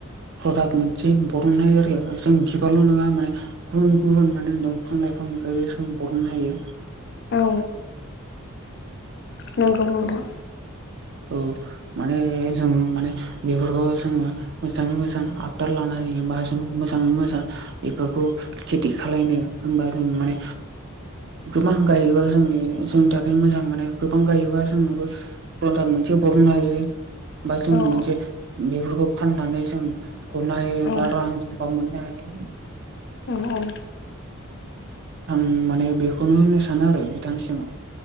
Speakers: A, on the right (about 55°); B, on the left (about 50°).
A: प्रडाट मोनसे बरननाय आरो जों बिबारल नंङा माने गुबुन गुबुन माने दंफां लाइफांनिफ्राय जों बरननो हायो
B: औ नोंगौ नोंथां
A: औ माने जों माने बेफोरखौ मोजांङै मोजां आथार लाना माजों मोजांङै मोजां बेफोरखौ खेथि खालायनो होनबा जों माने गोबां गायोबा जोंनि जोंनि थाखायनो मोजां मोने गोबां गायोबा जोंनोबो प्रदाक मोनसे बरननो हायो बा जों
B: औ
A: मोनसे बेफोरखौ फाननानै जों हरनो हायो
B: औ
A: बा रां रुफा मोननो हायो
B: औ
A: आं माने बेखौनो होननो सानो आरो बिथांनिसिम